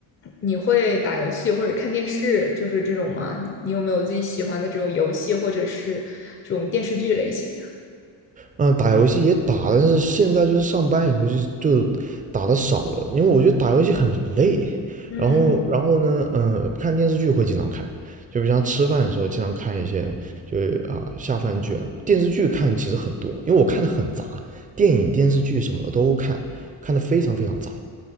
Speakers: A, on the left; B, on the right.
A: 你会打游戏或者看电视，就是这种吗？你有没有自己喜欢的这种游戏或者是这种电视剧类型呀？
B: 嗯，打游戏也打，但是现在就是上班以后就就打的少了，因为我觉得打游戏很累。
A: 嗯
B: 然后，然后呢，嗯，看电视剧会经常看，就比如像吃饭的时候经常看一些，就是啊、下饭剧啊，电视剧看其实很多，因为我看的很杂，电影、电视剧什么的都看，看的非常非常杂。